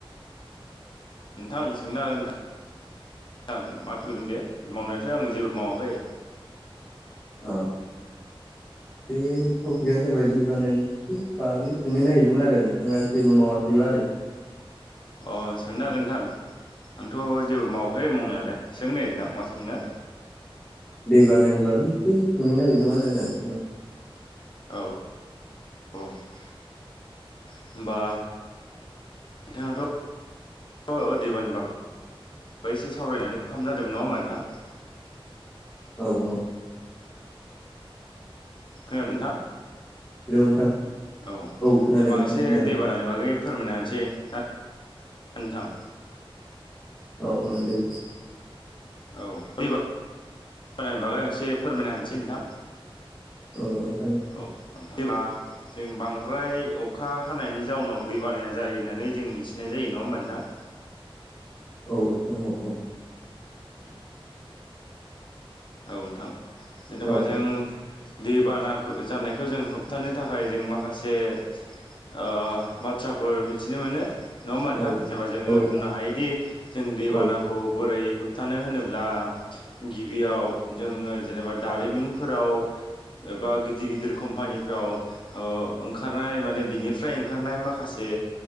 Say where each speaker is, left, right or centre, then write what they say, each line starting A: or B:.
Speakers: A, on the left; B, on the left.
A: नोंथां सोंनो हागोन नोंथां नोंथां माथ'लगोन बेे मावनायाथ' आं जेबो मावाखै
B: अ बे टपिकआनो जाबाय दै बानायानि एसे बागै सोंनो नागिरदोंमोन आरो नोंथाङा जेबो मावाखैब आरो
A: अ सोंनो हागोन नोंथां आंथ' जेबो मावाखै मावनायालाय सों द नोंथां मा सोंनो
B: दै बानानि बागै एसे सोंनो नागिरदोंमोन आरो नोंथांनाव
A: औ औ होनोमबा बिथाङाथ' अ देबानबाग एसे सावरायनानै ख जादोंमोन नङा होमबा नोंथां
B: औ औ
A: खोनादों नोंथां
B: हेल' नोंथां
A: औ
B: खोनादों
A: द बांसे
B: नोंथां खोनादों
A: दै बारानि बागै फोरमायनो हसै ना नोंथां
B: औ
A: औ फैबनि बागै एसे फोरमायना होनसै नोंथां
B: औ ओथ
A: औ देबा जों बांद्राय अखा हानायनि जाउनाव दै बानाया जायो होननानै जों मिथिनाय जायो नङा होमबा नोंथां
B: औ नोंथांनाव औ
A: औ नोंथां जेनेबा
B: औ
A: जों दैबाना जानायखौ जों होबथानो थाखाय जों माखासे ओ- बाथ्राफोर मिथिनो मोनो नङा होमा नोंथां
B: औ
A: जेनबा जोङो बुंनो हायोदि जों दैबाना
B: औ
A: खौ बोरै होबथानो होनोब्ला गिबियाव जोङो जेनेबा दारिमिनफोराव एबा गिदिर गिदिर कम्पानिफ्राव ओ- ओंखारनाय माने बिनिफ्राय ओंखारनाय माखासे